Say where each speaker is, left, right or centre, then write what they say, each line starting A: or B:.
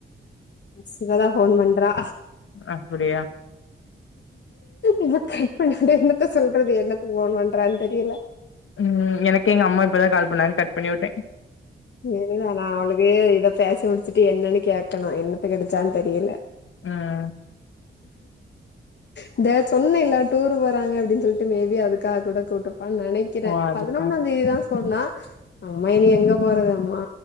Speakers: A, on the left (about 60°); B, on the left (about 85°).
A: சுவதா ஃபோன் பண்றா
B: அப்படியா
A: இத கட் பண்ணி விடு என்னத்த சொல்றது என்னத்துக்கு ஃபோன் பண்றானு தெரியல
B: உ எனக்கே எங்கம்மா இப்பதா கால் பண்ணாங்க கட் பண்ணி விட்டே
A: என்னனா அவளுக்கு இத பேசி முடிச்சுட்டு என்னனு கேக்கணு என்னத்துக்கடிச்சான் தெரியல
B: ம்
A: இந்த சொன்னேல டூரு போறாங்க அப்டினு சொல்ட்டு மேபி அதுக்காக கூட கூப்டுப்பானு நெனக் க்கிறே
B: ஓ அதுக்கா
A: பதினொன்னா தேதி தா சொன்னா அம்மா இனி எங்க போறது அம்மா